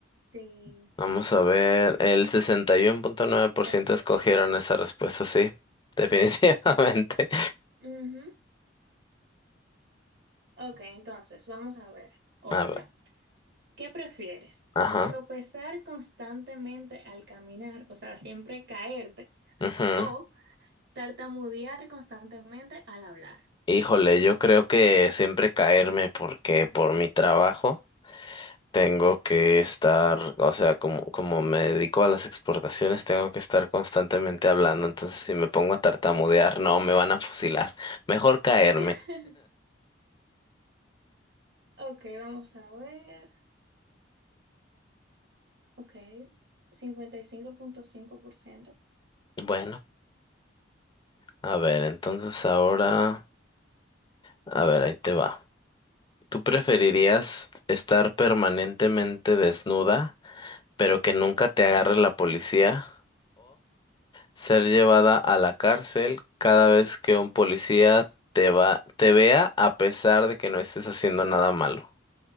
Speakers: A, on the right (about 60°); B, on the left (about 25°).
A: sí,
B: vamos a ver, el 61.9%
A: es que
B: escogieron
A: sí.
B: esa respuesta, sí, <laughs> definitivamente.
A: Ujú. Ok, entonces vamos a ver otra.
B: A ver,
A: ¿Qué prefieres?
B: ajá.
A: ¿Tropezar constantemente al caminar, o sea, siempre caerte,
B: ujú.
A: o tartamudear constantemente al hablar?
B: Híjole, yo creo que siempre caerme porque por mi trabajo tengo que estar, o sea, como, como me dedico a las exportaciones, tengo que estar constantemente hablando, entonces si me pongo a tartamudear,
A: Ok.
B: no, me van a fusilar. Mejor caerme.
A: <laughs> Ok, vamos a ver. Ok, 55.5%.
B: Bueno, a ver, entonces ahora, a ver, ahí te va. ¿Tú preferirías estar permanentemente desnuda, pero que nunca te agarre la policía? Ser llevada a la cárcel cada vez que un policía te va, te vea a pesar de que no estés haciendo nada malo.